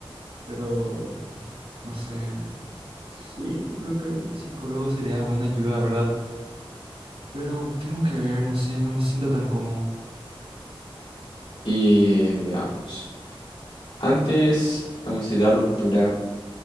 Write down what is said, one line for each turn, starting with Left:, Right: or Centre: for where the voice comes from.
Right: pero no sé, sí, yo creo que el psicólogo sería buena ayuda, ¿verdad? Pero tengo que ver, no sé, no me siento tan cómodo.
Left: Y veamos. Antes, vamos a decir, la ruptura,